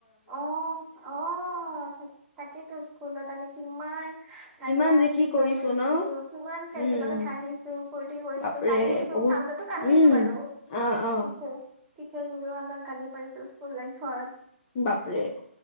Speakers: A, on the right (about 20°); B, on the left (about 30°).
A: অ'অ' তাকেইেতো স্কুলত আমি কি ইমান হাল্লা
B: কিমান যে
A: চিল্লা
B: কি কৰিছো
A: কৰিছিলো
B: ন
A: কিমান ফ্ৰেন্ডছৰ
B: উম
A: লগত হাঁহিছো কূুৰ্তি কৰিছো
B: বাপৰে
A: কান্দিছো
B: বহুত
A: কান্দাতো কান্দিছো
B: উম
A: বাৰু
B: অ অ
A: টিচাৰছ। টিচাৰ্ছ বোৰেও আমাক গালি পাৰিছো স্কুল লাইফত।
B: বাপৰে